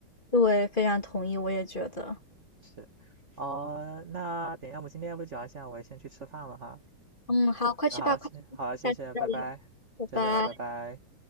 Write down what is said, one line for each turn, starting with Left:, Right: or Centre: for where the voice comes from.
Left: 对，非常同意，我也觉得。
Right: 是，呃，那等一下我们今天要不就聊一下，我先去吃饭了哈。
Left: 嗯，
Right: 嗯，
Left: 好，快去吧，
Right: 好，
Left: 快去吧下次再聊，
Right: 谢好，谢谢，拜拜，
Left: 拜拜。
Right: 下次再聊，拜拜。